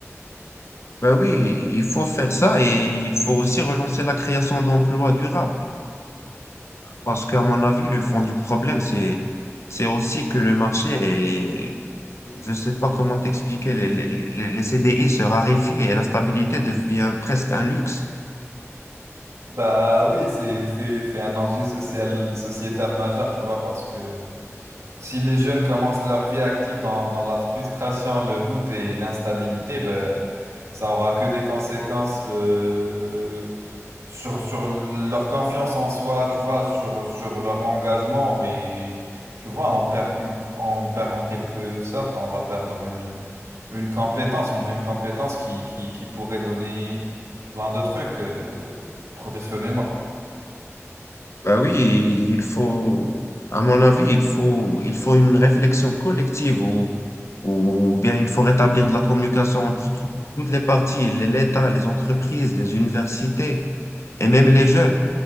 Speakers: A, on the left; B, on the right.
A: Ben oui, il faut faire ça et il faut aussi relancer la création d'emplois durables. Parce qu'à mon avis, le fond du problème, c'est, c'est aussi que le marché est, je ne sais pas comment t'expliquer, les, les, les- les CDI se raréfient et la stabilité devient presque un luxe.
B: Bah oui, c'est, c'est, c'est un enjeu social, sociétal majeur, tu vois, parce que... Si les jeunes commencent leur vie active dans, dans la frustration, le doute et l'instabilité, ben, ça aura que des conséquences euh, sur, sur leur confiance en soi, tu vois, sur, sur leur engagement. Et tu vois, on perd, une- on perd en quelque sorte, on va perdre une, une compétence, une jeune compétence qui, qui, qui pourrait donner plein de trucs euh, professionnellement.
A: Bah oui, il faut, à mon avis, il faut, il faut une réflexion collective ou, ou bien il faut rétablir de la communication entre toutes les parties, l'État, les entreprises, les universités et même les jeunes.